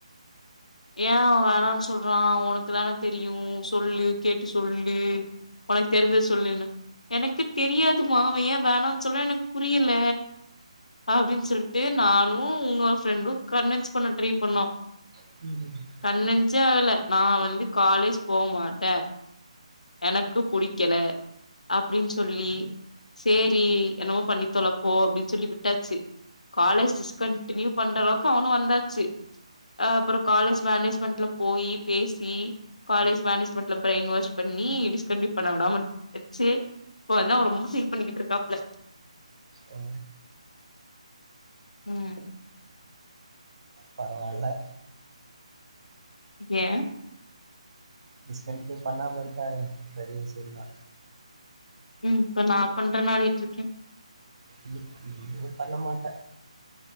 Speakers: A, on the left; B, on the right.
A: ஏ அவ வேணான் சொ சொல்றா ஒனக்கு தான தெரியு சொல்லு கேட்டு சொல்லு ஒனக்கு தெருஞ்சா சொல்லுன்னு எனக்கு தெரியாதுமா அவ ஏ வேணான் சொல்றா எனக்கு புரியல அப்டின் சொல்ட்டு நானு உன்னொரு ஃப்ரெண்டு கன்வென்ஸ் பண்ண ட்ரை பண்ணோ
B: ம்
A: கன்வென்ஸே ஆகல நா வந்து காலேஜ் போமாட்டெ எனக்கு புடிக்கல அப்டின் சொல்லி சேரி என்னமோ பண்ணி தொல போ அப்டின் சொல்லி விட்டாச்சு காலேஜ் டிஸ்கண்டினியூ பண்ற அளவுக்கு அவனு வந்தாச்சு அ அப்பறொ காலேஜ் மேனேஜ்மெண்ட்ல போயி பேசி காலேஜ் மேனேஜ்மெண்ட்ல ப்ரைன் வாஷ் பண்ணி டிஸ்கண்டின்யு பண்ண விடாம வச்சு இப்போ அதா ரொம்ப ஃபீல் பண்ணிக்கிட்டு இருக்காப்ல
B: ஆ
A: ம்
B: பரவால்ல
A: ஏ
B: டிஸ்கன்ட்ன்யு பண்ணாம இருக்காரே பெரிய விஷ்யந்தா
A: ம் இப்ப நா பண்றன்னு ஆடிட்ருக்கே
B: ம் இனிமே பண்ணமாட்ட